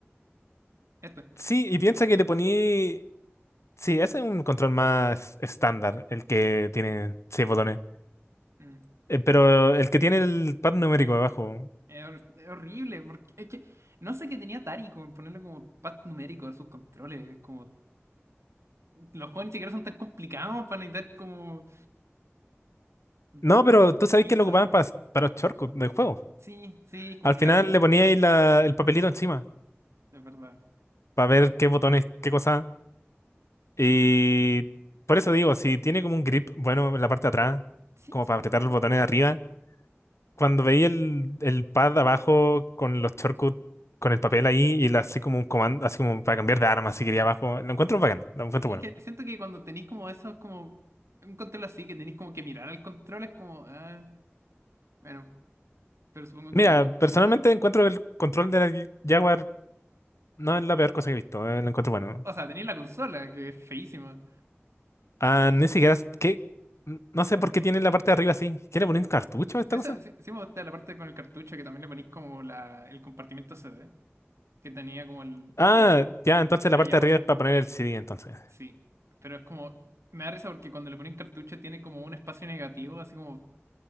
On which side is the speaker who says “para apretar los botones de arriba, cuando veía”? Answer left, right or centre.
Left